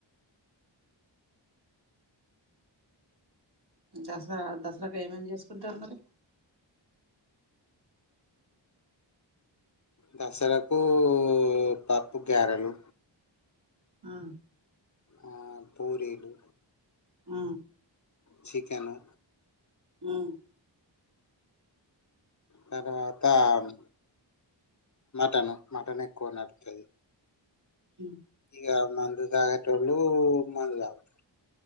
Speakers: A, on the right; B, on the left.
A: మ్మ్ దసరాన దసరాకి ఏమేం చేసుక్ ఉంటార్ మరి
B: దస్సరక్కూ తప్పు, గ్యారెలు
A: ఆ
B: ఆ మ్ పూరీలు
A: ఆ
B: చికెను
A: మామ్
B: తర్వాత్తామ్ మటను మటన్ ఎక్కువ నడుత్తది.
A: మ్
B: ఇగ మందు దాగేటోళ్లు మందు దాగుతారు